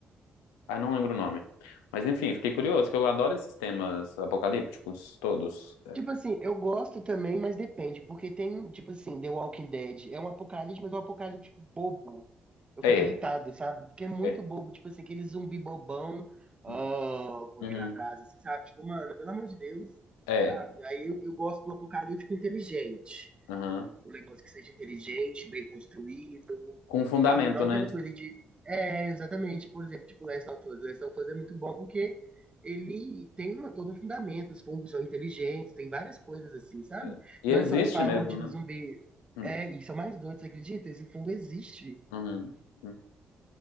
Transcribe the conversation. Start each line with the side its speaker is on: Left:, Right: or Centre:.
Left: Ah, não lembro o nome. Mas enfim, fiquei curioso, que eu adoro esses temas apocalípticos todos.
Right: Tipo assim, eu gosto também, mas depende, porque tem, tipo assim, The Walking Dead, é um apocalipse, mas é um apocalipse bobo. Eu
Left: É,
Right: fico
Left: é.
Right: irritado, sabe? Porque é muito
Left: É.
Right: bobo, tipo assim, aquele zumbi bobão, ó,
Left: Uhum.
Right: correndo
Left: Uhum.
Right: atrás, assim, sabe? Tipo, mano, pelo amor de Deus,
Left: É,
Right: sabe? Aí eu, eu gosto do apocalíptico inteligente.
Left: uhum.
Right: um negócio que seja inteligente, bem construído,
Left: Com fundamento,
Right: sabe? Não aquela
Left: né?
Right: coisa de. É, exatamente, por exemplo, tipo Last of Us. Last of Us é muito bom porque ele tem uma, todo um fundamento, os fungos são inteligentes, tem várias coisas assim, sabe?
Left: É. E
Right: Não
Left: existe
Right: é só tipo, ah,
Left: mesmo,
Right: mordida
Left: né?
Right: zumbi.
Left: Hum.
Right: É, e são mais doidos, você acredita? Esse fungo existe.
Left: Uhum. Hum.